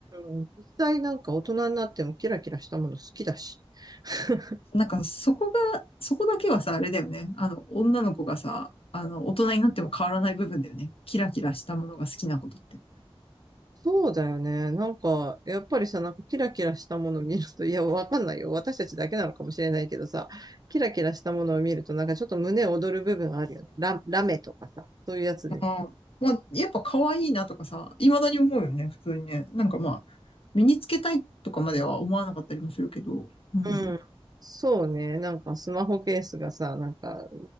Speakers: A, on the right; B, on the left.
A: うん。実際なんか大人になってもキラキラしたもの好きだし。<laughs>
B: なんかそこが、そこだけはさ、あれだよね。あの、女の子がさ、あの、大人になっても変わらない部分だよね。キラキラしたものが好きなことって。
A: そうだよね。なんか、やっぱりさ、なんかキラキラしたもの見ると、いや、わかんないよ。私たちだけなのかもしれないけどさ、キラキラしたものを見ると、なんかちょっと胸躍る部分あるよね。ラ、ラメとかさ、そういうやつでしょ。
B: あまあ、やっぱ可愛いなとかさ、未だに思うよね、普通にね。なんかまあ、身につけたいとかまでは思わなかったりもするけど。うん。
A: うん。そうね。なんかスマホケースがさ、なんか、